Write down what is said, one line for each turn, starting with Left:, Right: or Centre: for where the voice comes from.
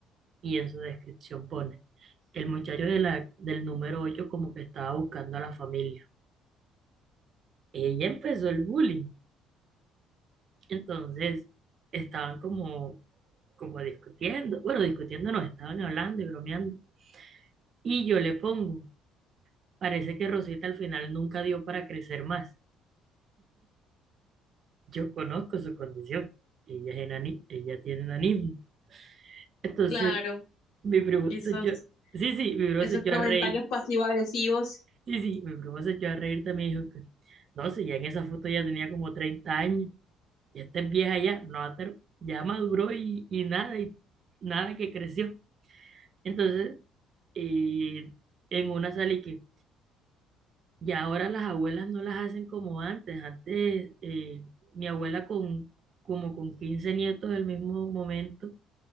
Right: y en su descripción pone, el muchacho de la, del número 8 como que estaba buscando a la familia. Ella empezó el bullying, entonces estaban como, como discutiendo, bueno, discutiendo no, estaban hablando y bromeando. Y yo le pongo, parece que Rosita al final nunca dio para crecer más. Yo conozco su condición, ella, es enani, ella tiene enanismo. Entonces,
Left: Claro,
Right: mi primo
Left: esos,
Right: se echó, sí, sí, mi primo
Left: esos
Right: se echó
Left: comentarios
Right: a reír
Left: pasivo-agresivos.
Right: Sí, sí, mi primo se echó a reír también y dijo que, no, si ya en esa foto ya tenía como 30 años, ya está vieja ya, no va a estar, ya maduró y, y nada, y nada que creció. Entonces, eh, en una salí que ya ahora las abuelas no las hacen como antes. Antes, eh, mi abuela con como con 15 nietos del mismo momento,